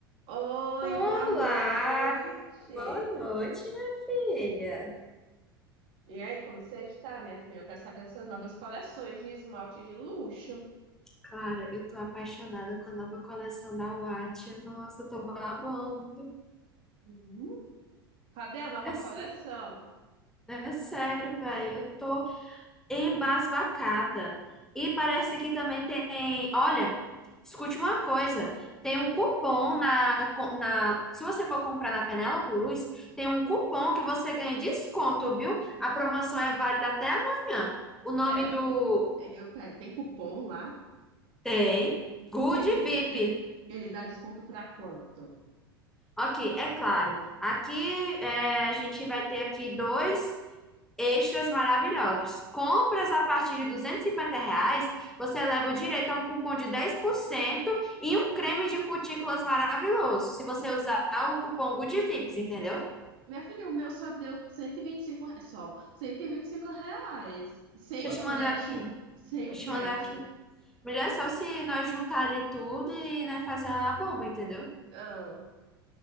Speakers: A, on the right; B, in the centre.
A: Oi,
B: Olá,
A: boa noite.
B: boa noite, minha filha.
A: E aí, como você está, minha filha? Eu quero saber das suas novas coleções de esmalte de luxo.
B: Cara, eu tô apaixonada com a nova coleção da Wattia. Nossa, eu tô babando.
A: Hum, cadê a nova
B: É sério,
A: coleção?
B: é sério, velho. Eu tô embasbacada. E parece que também tem. Olha, escute uma coisa: tem um cupom na, na. Se você for comprar na Penélope Luz, tem um cupom que você ganha desconto, viu? A promoção é válida até amanhã. O nome
A: Pera,
B: do.
A: eu, pera, tem cupom lá?
B: Tem. Good
A: Ele,
B: VIP.
A: ele, ele dá desconto para quanto?
B: Ok, é claro. Aqui é, a gente vai ter aqui dois extras maravilhosos. Compras a partir de 250 reais, você leva o direito a um cupom de 10% e um creme de cutículas maravilhoso. Se você usar o cupom Good VIPs, entendeu?
A: Minha filha, o meu só deu 125 reais, só 125 reais. Sem
B: Deixa
A: o
B: eu te
A: frete.
B: mandar aqui.
A: Sem o
B: Deixa
A: frete.
B: eu te mandar aqui. Melhor é só se nós juntar ali tudo e nós fazer uma bomba, entendeu?
A: Ah,